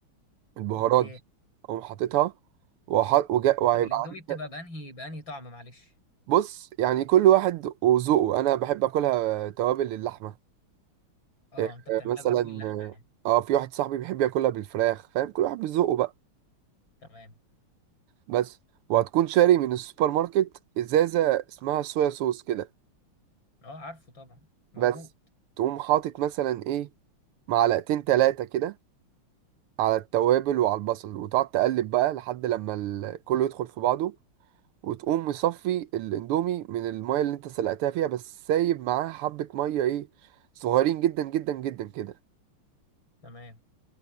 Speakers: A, on the right; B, on the left.
A: البهارات
B: اوكي
A: دي اقوم حاططها وح- وجا- وهيبقى
B: طب الاندومي
A: عندك
B: بتبقى بانهي بانهي طعم معلش
A: بص يعني كل واحد وذوقه انا بحب اكلها توابل اللحمه
B: اه
A: إيه،
B: انت بتعملها
A: مثلا
B: باندومي اللحمه يعني
A: اه في واحد صاحبي بيحب ياكلها بالفراخ فاهم كل واحد بذوقه بقى
B: تمام
A: بس وهتكون شاري من السوبر ماركت ازازه اسمها صويا صوص كده
B: اه عارفه طبعا موجود
A: بس تقوم حاطط مثلا ايه معلقتين تلاتة كده على التوابل وعلى البصل وتقعد تقلب بقى لحد لما ال- كله يدخل في بعضه وتقوم مصفي الاندومي من الميه اللي انت سلقتها فيها بس سايب معاها حبه ميه ايه صغيرين جدا جدا جدا كده
B: تمام